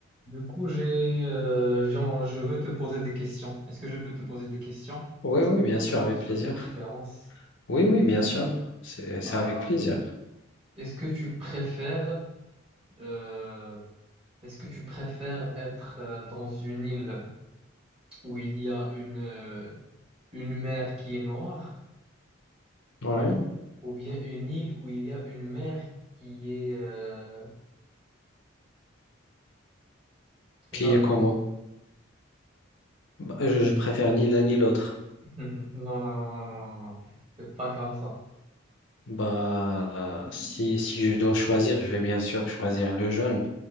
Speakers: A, on the right; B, on the left.
A: Du coup, j'ai, euh, j'ai en- je veux te poser des questions. Est-ce que je peux te poser des questions
B: Oui, oui, bien
A: sur,
B: sûr, avec
A: sur
B: plaisir.
A: tes préférences?
B: Oui, oui, bien sûr. C'est, c'est
A: Euh,
B: avec plaisir.
A: est-ce que tu préfères, euh, est-ce que tu préfères être euh, dans une île où il y a une, euh, une mer qui est noire
B: Ouais.
A: ou bien une île où il y a une mer qui est euh, jaune?
B: Qui est comment? Bah, je, je préfère ni l'un ni l'autre.
A: <laughs> Non, non, non, non, non, non, non. C'est pas comme ça.
B: Bah, euh, si, si je dois choisir, je vais bien sûr choisir le jaune.